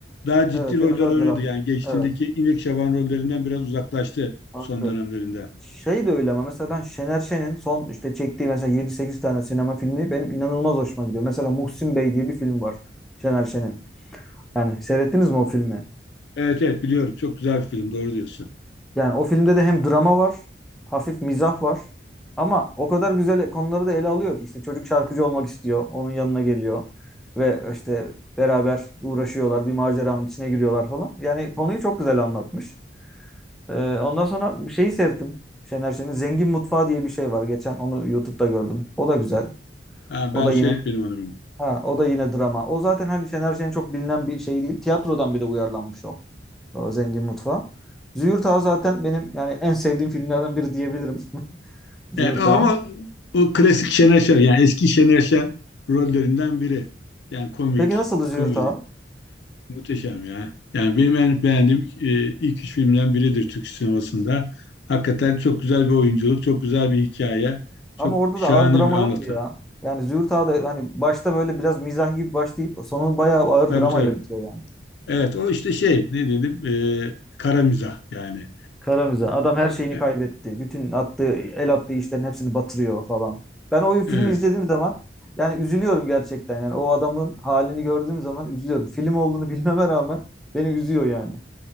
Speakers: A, on the left; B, in the centre.
A: daha ciddi
B: Evet
A: roller
B: biraz daha
A: oynadı.
B: dram.
A: Yani geçtiğindeki
B: Evet.
A: İpek Şaban rollerinden biraz uzaklaştı
B: Farklı.
A: son dönemlerinde.
B: Şey de öyle ama mesela ben Şener Şen'in son işte çektiği mesela yedi sekiz tane sinema filmi benim inanılmaz hoşuma gidiyor. Mesela Muhsin Bey diye bir film var Şener Şen'in. Yani seyrettiniz mi o filmi?
A: Evet evet biliyorum. Çok güzel bir film. Doğru diyorsun.
B: Yani o filmde de hem drama var, hafif mizah var. Ama o kadar güzel konuları da ele alıyor ki işte çocuk şarkıcı olmak istiyor, onun yanına geliyor ve işte beraber uğraşıyorlar, bir maceranın içine giriyorlar falan. Yani konuyu çok güzel anlatmış. Ee, ondan sonra bir şeyi seyrettim. Şener Şen'in Zengin Mutfağı diye bir şey var. Geçen onu YouTube'da gördüm. O da güzel.
A: Ha,
B: O
A: ben
B: da
A: seyretmedim
B: yine
A: onu.
B: ha, o da yine drama. O zaten hani Şener Şen'in çok bilinen bir şey değil. Tiyatrodan bir de uyarlanmış o. Zengin Mutfağı. Züğürt Ağa zaten benim yani en sevdiğim filmlerden biri diyebilirim. Züğürt
A: Evet ama
B: Ağa.
A: o klasik Şener Şen yani eski Şener Şen rollerinden biri. Yani komik,
B: Peki nasıldı Züğürt
A: komedi.
B: Ağa?
A: Muhteşem ya. Yani benim en beğendiğim e, ilk üç filmden biridir Türk sinemasında. Hakikaten çok güzel bir oyunculuk, çok güzel bir hikaye, çok
B: Ama orada
A: şahane
B: da ağır drama
A: bir anlatı.
B: yok mu ya? Yani Züğürt Ağa da hani başta böyle biraz mizah gibi başlayıp sonu bayağı ağır
A: Tabii
B: dramayla
A: tabii.
B: bitiyor yani.
A: Evet o işte şey ne dedim e, kara mizah yani.
B: Kara mizah. Adam her şeyini
A: E,
B: kaybetti. Bütün attığı, el attığı işlerin hepsini batırıyor falan. Ben o filmi
A: Evet.
B: izlediğim zaman yani üzülüyorum gerçekten. Yani o adamın halini gördüğüm zaman üzülüyorum. Film olduğunu <laughs> bilmeme rağmen beni üzüyor yani.